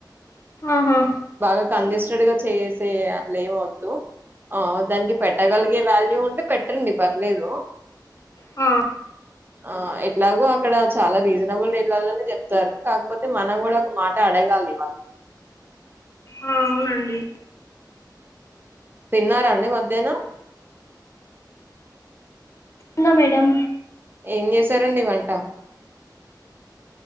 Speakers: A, on the left (about 40°); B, on the right (about 30°).
A: ఆహా
B: బాగా కంజెస్టెడ్ గా చేస్ చే అట్లేమొద్దు ఆ దానికి పెట్ ట్టగలిగే వాల్యూ ఉంటే పెట్టండి పర్లేదు
A: ఆ
B: ఆ ఎట్లాగో అక్కడ చాలా రీజనబుల్ రేట్ ట్లల్లనే చెప్తారు కాకపోతే మనం కూడా ఒక మాట అడగాలి వాళ్ళని
A: ఆ అవునండి
B: తిన్నారా అండి మధ్యాహ్నం
A: న్నా మేడం
B: ఏం చేసారండి వంట